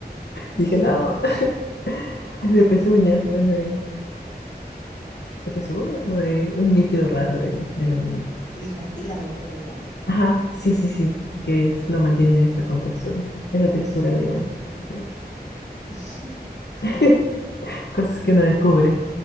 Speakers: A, on the left; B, on the left.
A: Y
B: Dije, no, <laughs> es de pezuñas, pues de, de pezuñas o de un líquido raro del, del animal.
A: el cartílago creo que era, ¿no?
B: Ajá, sí, sí, sí,
A: Mm,
B: que es, lo mantiene esa contextura, esa textura,
A: sí.
B: digamos. así.
A: <laughs>
B: es. <laughs> Cosas
A: Y-
B: que uno descubre.